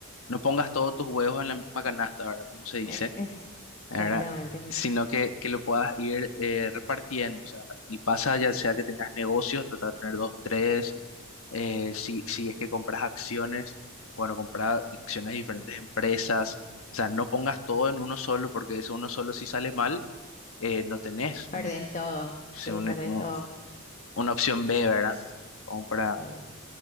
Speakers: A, on the left; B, on the left.
A: no pongas todos tus huevos en la misma canasta, ¿verdad? Como se dice
B: eh, es-
A: ¿verdad?
B: exactamente. cu-
A: Sino que, que lo puedas ir eh, repartiendo, o sea, y pasa ya sea que tengas negocios, trata de tener dos, tres, eh, si, si es que compras acciones, bueno, comprar acciones de diferentes empresas, o sea, no pongas todo en uno solo, porque eso uno solo si sale mal, eh, no tenés un,
B: Perdés todo,
A: si
B: sí,
A: un-
B: perdés
A: un-
B: todo.
A: una opción B, ¿verdad? Compra,
B: Sí.